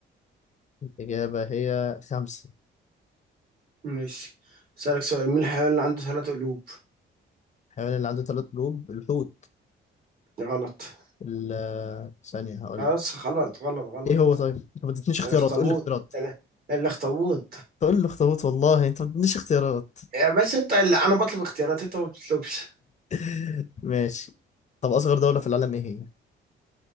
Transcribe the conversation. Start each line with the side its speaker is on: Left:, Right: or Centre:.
Left: الإجابة هي خمسة
Right: ماشي أسألك سؤال مين الحيوان اللي عنده ثلاث قلوب
Left: الحيوان اللي عنده ثلاث قلوب الحوت
Right: غلط
Left: ال- آه، ثانية هقول
Right: خلاص
Left: لك
Right: غلط غلط غلط
Left: إيه هو طيب؟ أنت ما ادتنيش اختيارات
Right: الاخطبوط
Left: قول لي اختيارات
Right: ال- الاخطبوط
Left: تقول لي اخطبوط والله أنت ما ادتنيش اختيارات
Right: يا بس انت اللي انا بطلب اختيارات انت ما بتطلبش
Left: <laughs> ماشي طب أصغر دولة في العالم إيه هي؟